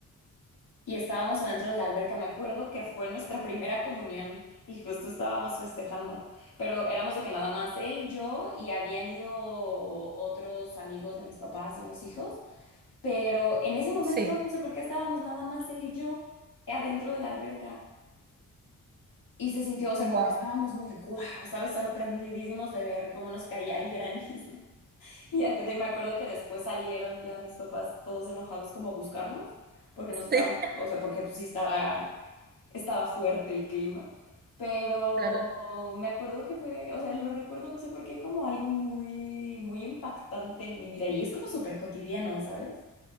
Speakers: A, on the left (about 75°); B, on the right (about 30°).
A: Y estábamos adentro de la alberca, me acuerdo que fue nuestra <laughs> primera comunión y justo estábamos festejando, pero éramos de que nada más él, yo y habían ido otros amigos de mis papás y unos hijos. Pero en ese momento,
B: Sí.
A: no sé por qué estábamos nada más él y yo adentro de la alberca. Y se sintió, o sea,
B: Wow.
A: como que estábamos muy guau, ¿sabes? Sorprendidísimos de ver cómo nos caía el granizo. <laughs> Y ac- de- me acuerdo que después salieron ya mis papás todos enojados como a buscarnos, porque nos estábamos,
B: Sí, <laughs>
A: o sea, porque pues sí estaba, estaba fuerte el clima. Pero
B: claro.
A: me acuerdo que fue, o sea, lo recuerdo, no sé por qué, como algo muy, muy impactante en mi vida. Y es como súper cotidiano, ¿sabes?